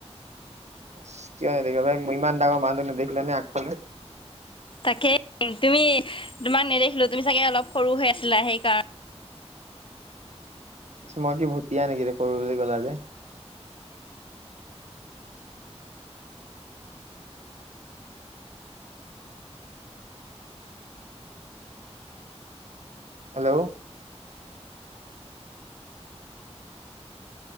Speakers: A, on the right (about 85°); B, on the left (about 50°).
A: ইছ, কিয় এনেকোৱা ভাই ইমান ডাঙৰ মানুহটোক নেদেখিলা নে আগফালে।
B: তাকেই, তুমি তোমাক নেদেখিলো তুমি চাগে অলপ সৰু হৈ আছিলা সেইকাৰণ
A: মই কি ভুতিয়া নেকি যে সৰু বুলি ক'লা যে। হেল্লো।